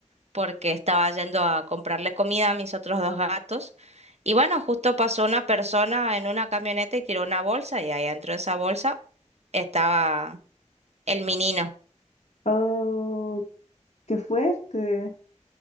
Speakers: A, on the right; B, on the left.
A: porque estaba yendo a comprarle comida a mis otros dos gatos. Y bueno, justo pasó una persona en una camioneta y tiró una bolsa y ahí dentro de esa bolsa estaba el menino.
B: Oh, qué fuerte.